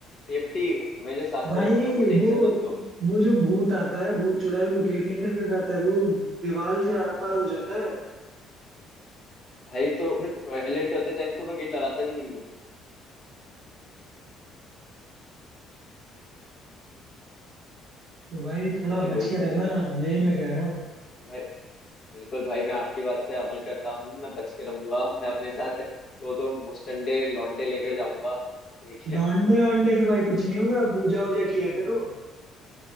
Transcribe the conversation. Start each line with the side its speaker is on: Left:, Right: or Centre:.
Left: सेफ्टी हमेशा साथ
Right: भाई
Left: में रखता हूँ मैं टेंशन
Right: वो
Left: मत लो
Right: वो जो भूत आता है भूत चुड़ैल वो गेट नहीं खटखटाता है वो दीवार से आर पार हो जाता है
Left: भाई तो फिर टॉयलेट करते टाइम तो मैं गेट लगाता भी नहीं हूँ
Right: तो भाई थोड़ा
Left: भाई
Right: बच
Left: वही
Right: के
Left: तो
Right: रहना
Left: फिर नहीं
Right: यही मैं कह रहा हूँ
Left: भाई बिल्कुल भाई मैं आपकी बात पे अमल करता हूँ मैं बच के रहूंगा मैं अपने साथ दो दो मुस्टंडे लौंडे लेकर जाऊंगा ठीक है
Right: लौंडे
Left: <laughs>
Right: वोंडे से भाई कुछ नहीं होगा पूजा वूजा किया करो